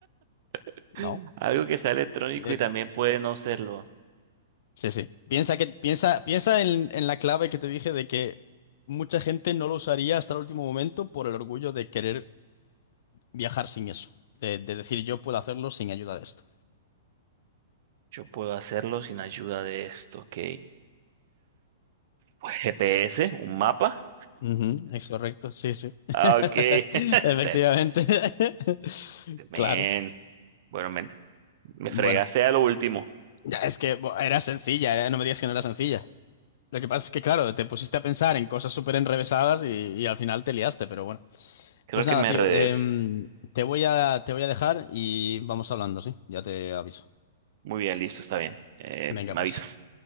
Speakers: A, on the right (about 55°); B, on the left (about 60°).
A: <laughs>
B: ¿No?
A: Algo que sea electrónico
B: Eh,
A: y también puede no serlo.
B: sí, sí. Piensa que, piensa, piensa en, en la clave que te dije de que mucha gente no lo usaría hasta el último momento por el orgullo de querer viajar sin eso. De, de decir yo puedo hacerlo sin ayuda de esto.
A: Yo puedo hacerlo sin ayuda de esto, ¿ok? Pues, GPS, un mapa.
B: Ujú, es correcto, sí, sí. <laughs>
A: Ah, ok. <laughs>
B: Efectivamente.
A: Step,
B: <laughs>
A: man.
B: Claro.
A: Bueno, men, me
B: Bueno,
A: fregaste a lo último.
B: ya es que bo, era sencilla, era- no me digas que no era sencilla. Lo que pasa es que, claro, te pusiste a pensar en cosas súper enrevesadas y, y al final te liaste, pero bueno.
A: Creo
B: Pues
A: que
B: nada,
A: me
B: tío,
A: redecí.
B: em, te voy a, te voy a dejar y vamos hablando, ¿sí? Ya te aviso.
A: Muy bien, listo, está bien. Eh,
B: Venga,
A: me
B: pues,
A: avisas.